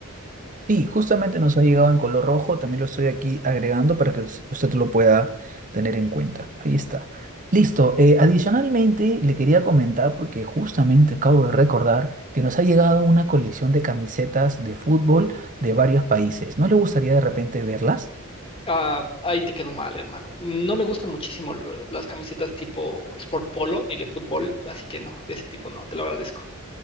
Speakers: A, on the right; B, on the left.
A: Sí, justamente nos ha llegado en color rojo, también lo estoy aquí agregando para que us- usted lo pueda tener en cuenta. Ahí está. Listo. eh, adicionalmente, le quería comentar, porque justamente acabo de recordar que nos ha llegado una colección de camisetas de fútbol de varios países. ¿No le gustaría de repente verlas?
B: Ah, ahí te quedó mal, hermano. No me gustan muchísimo lo- las camisetas tipo Sport Polo ni de fútbol, así que no, de ese tipo no, te lo agradezco.